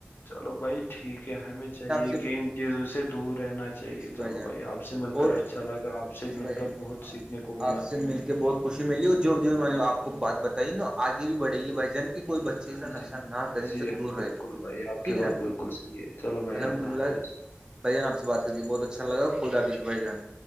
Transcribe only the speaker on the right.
سے
جی
جان
اور
جی
بھائی جان
آپ سے مل کے بہت خوشی ملی اور جو بھی جو میں نے آپ کو بات بتائی نا آگے بھی بڑے گے بھجن کی کوئی چیزا نشہ
نہ کر ان
سے
دور رہے
ٹھیک
ہے
نا
الحمد
للہ
بھ جان آپ سے بات کریے بہت اچھا لگا خود آپفظ بائی جان